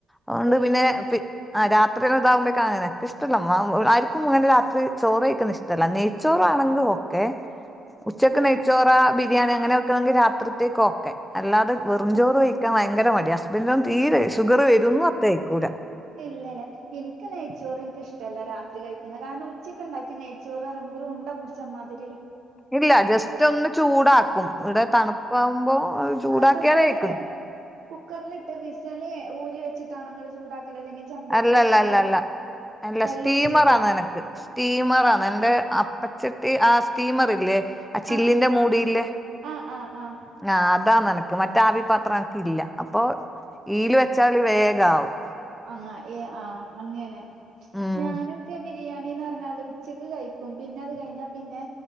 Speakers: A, in the centre; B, on the right.
A: അതുകൊണ്ട്
B: വേവൂലേ
A: പിന്നെ രാത് ഇതാകുമ്പഴേക്ക അങ്ങനെൊെ ഇഷ്ടമല്ല ആരിക്കും അങ്ങനെ രാത്രി ചോറ് കഴിക്കാൻ ഇഷ്ടല്ല ന്ച്ചോറാണെങ്കോ ഓക്കേ ഉച്ചക്ക്
B: ആഹ്
A: നെയ്ച്ചോറ
B: ആഹ്
A: ബിരിയാണി അങ്ങനെയൊക്കെണെങ്കിൽ രാത്രിത്തേക്ക് ഓക്കെ അല്ലാതെ വെറുംചോറ്
B: ഓക്കെ
A: കഴിക്കാൻ ഭയങ്കര മടിയാ ഹസ്ബൻഡനന്നും തീരെ ഷുഗർ വരുന്നു പറഞ്ഞ് ആയിക്കൂല
B: ഇല്ലല്ല എനിക്ക് നെയ്ച്ചോറ് എനിക്ക് ഇഷ്ടമല്ല രാത്രി കഴിക്കുന്നത് കാരണം ഉച്ചക്ക് ഉണ്ടാക്കി നെയ്ച്ചോറ് പറയുമ്പോ ഉണ്ട പിടിച്ചമാതി
A: ഇല്ല ജസ്റ്റ് ഒന്ന് ചൂടാക്കും ഇവിടെ തണുപ്പാവുമ്പോ ചൂടാക്കിയാലേ
B: ആ കുക്കറില്
A: കഴിക്കും
B: കുക്കറിലിട്ട് വിസൽ ഊരി വെച്ചിട്ടാണ്ണങ്ങൾ ചൂടാക്കല് അല്ലെങ്കിൽ ചെമ്പട്ടിയിലിട്ടാണ്ട്
A: അല്ല അല്ല അല്ല അല്ല അല്ല
B: വെള്ളം
A: സ്റ്റീമറ്
B: ഒഴിച്ചിട്ടോ
A: ആാണ് നിനക്ക് സ്റ്റീമറാണ്
B: ആഹ്
A: എന്റെ അപ്പച്ചട്ടി ആ സ്റ്റീമർ ഇല്ലേ ആ ചില്ലിന്റെ
B: ആഹ്
A: മൂടിയില്ലേ
B: ആഹ് ആഹ് ആഹ്
A: ആഹ് അതാ നിനക്ക് മറ്റ് ആവി പാത്രം ല്ല അപ്പൊ ഈൽ വെച്ചാല് വേഗവും
B: ആ ആ അങ്ങെ
A: ഉം
B: ഞാനൊക്കെ യാണിന്ന് പറഞ്ഞാൽ ഉച്ചക്ക് കഴിക്കും വിന്നെ കഴിത്താൽ പിന്നെ